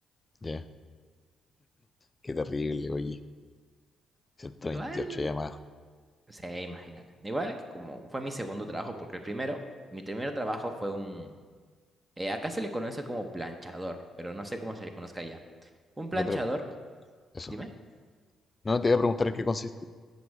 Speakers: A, on the left (about 25°); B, on the right (about 20°).
A: Ya, qué terrible, oye, 128
B: Igual,
A: llamadas.
B: sí, imagínate. Igual que como fue mi segundo trabajo, porque el primero, mi primer trabajo fue un... eh, acá se le conoce como planchador, pero no sé cómo se le conozca allá. Un planchador,
A: Ya, pero eso.
B: dime.
A: No, te iba a preguntar en qué consiste.